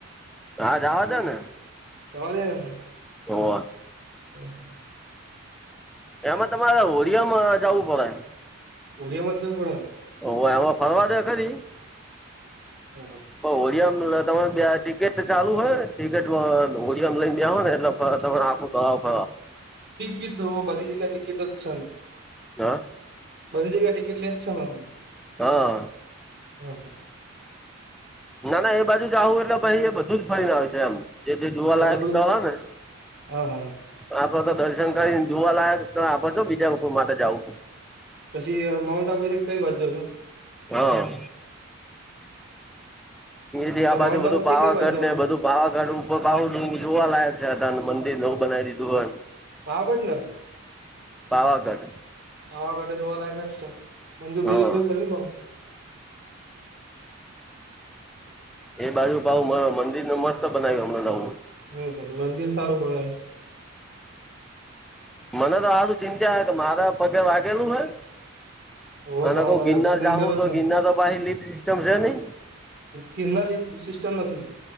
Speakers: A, in the centre; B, on the right.
A: હ જવાજો ને.
B: જવાદ ન.
A: હો.
B: હમ હમ.
A: એમાં તમારે હોડિયામાં જવું પડે.
B: ઓડિયામાં જવું પડે ને.
A: ઓ એમાં ફરવા દે ખરી?
B: હા.
A: હોળિયામાં તમા ટિકિટ ચાલુ હોયને ટિકિટ હોળિયામાં લઈને ગયા હોય ને એટલે તો હ.
B: ટિકિટ તો બધી જગ્યા ટિકિટ જ છે ને.
A: હા.
B: બધી જગ્યા ટિકિટ લે જ છે હ
A: હા
B: હ.
A: ના ના એ બાજુ જ આવું એટલે પછ એ બધું જ ફરીને આવ છે એમ. જે જે જોવાલાયક
B: એટલે બધું
A: સ્થળ હોઈ ને.
B: હા હા
A: આપડે તો દર્શન કરીને જોવા લયક છે આપડે જો બીજા માટે જવું.
B: પછી માઉન્ટ આબુ થી કઈ બાજ જજો?
A: હા. જી
B: એટલે
A: આ બાજુ
B: માઉન્ટ
A: બધું
B: આબુ
A: પાવાગઢ
B: થી કઈ બાજુ જવાનું
A: ને બધું વાવાગાઢર બાઉડું જોવા લાયક છે હતાને મંદિર નવ બનાવી દીધુંને.
B: પાવાગઢ ને?
A: પાવાગઢ.
B: પાવાગઢ જોવા લાયક ક છે સર મંદિર બધી
A: હા
B: રિપેર <unintelligible>
A: એ બાજુ ભાવ મંદિરને મસ્ત બનાવ્યું હમણાં નવું.
B: હમ મંદિર સારું બના
A: મને તો આજ ચિંતા હ કે મારા પગે વાગેલું હે
B: ઓ
A: અને
B: તમારો
A: ના
B: પેલો
A: ક ગિરનાર
B: એક્સિડન્ટ
A: જાઉ
B: થયેલો
A: તો
B: છે
A: ગિરનાર તો ભ લિપ સિસ્ટમ સ નહી.
B: ગિરનાર સિસ્ટમ નથી.